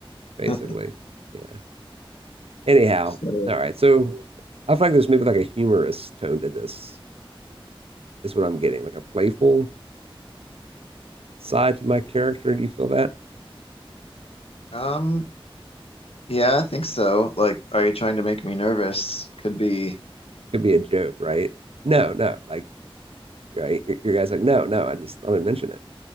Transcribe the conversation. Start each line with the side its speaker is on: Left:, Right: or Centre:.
Right: basically.
Left: <laughs>
Right: Yeah. Anyhow,
Left: So,
Right: all right. So I feel like there's maybe like a humorous tone to this. Is what I'm getting, like a playful side to my character. Do you feel that?
Left: um, yeah, I think so. Like, are you trying to make me nervous? Could be.
Right: Could be a joke, right? No, no. Like right? Your, your guy's like, no, no, I just thought I'd mention it.